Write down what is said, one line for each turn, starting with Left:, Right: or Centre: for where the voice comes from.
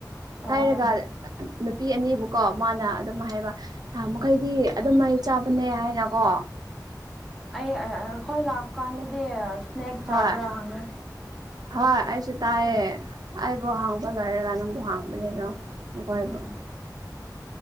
Centre: ꯑꯣ
Right: ꯍꯥꯏꯔꯒ ꯅꯨꯄꯤ ꯑꯅꯤꯕꯨꯀꯣ ꯃꯥꯅ ꯑꯗꯨꯝ ꯍꯥꯏꯕ ꯥ ꯃꯈꯩꯗꯤ ꯑꯗꯨꯝ ꯃꯍꯩ ꯆꯥꯕꯅꯦ ꯍꯥꯏꯅꯀꯣ
Centre: ꯑꯩ ꯍꯈꯣꯏ ꯂꯥꯛꯄ ꯀꯥꯟꯗꯗꯤ ꯁ꯭ꯅꯦꯛ
Right: ꯍꯣꯏ
Centre: ꯆꯥꯕ꯭ꯔꯥ ꯍꯪꯉꯤ
Right: ꯍꯣꯏ ꯑꯩꯁꯨ ꯇꯥꯏꯌꯦ ꯑꯩꯕꯨ ꯍꯥꯡꯕ ꯂꯣꯏꯔꯒ ꯅꯪꯕꯨ ꯍꯥꯡꯕꯅꯦꯅꯣ ꯀꯣꯏꯔꯤꯕ
Centre: ꯎꯝ